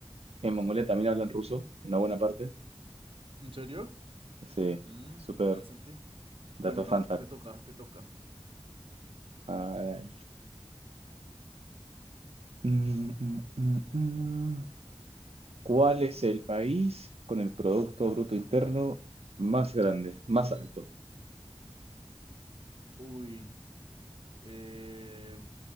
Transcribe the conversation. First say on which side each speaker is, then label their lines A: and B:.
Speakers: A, on the right; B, on the right.
A: en Mongolia también hablan ruso? Una buena parte.
B: ¿En serio?
A: Sí,
B: Mm,
A: súper
B: interesante. Bueno,
A: dato
B: no,
A: fun fact.
B: te toca, te toca.
A: Ah, Mm, mm, mm, mm. ¿Cuál es el país con el Producto Bruto Interno más grande, más alto?
B: Uy. eh,